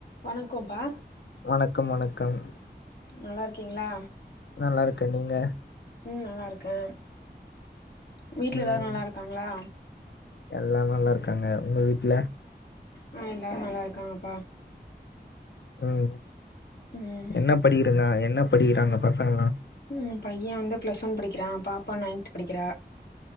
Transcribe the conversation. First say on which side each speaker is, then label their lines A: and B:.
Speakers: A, on the left; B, on the left.
A: வணக்கோம்ப்பா
B: வணக்கம் வணக்கம்
A: நல்லா இருக்கீங்ளா
B: நல்லாருக்கே நீங்க
A: உம் நல்லாருக்கே வீட்ல
B: ம்
A: எல்லாரு நல்லாருக்காங்ளா
B: எல்லா நல்லா இருக்காங்க உங்க வீட்ல
A: ஆஹ் எல்லாரு நல்லா இருக்காங்கப்பா
B: உம்
A: ம்
B: என்ன படிக்கிறங்க என் என்ன படிகிறாங்க பசங்கல்லா
A: உம் ஏ பைய வந்து பிளஸ் ஒன் படிக்கிறா பாப்பா நைன்த் படிக்கிறா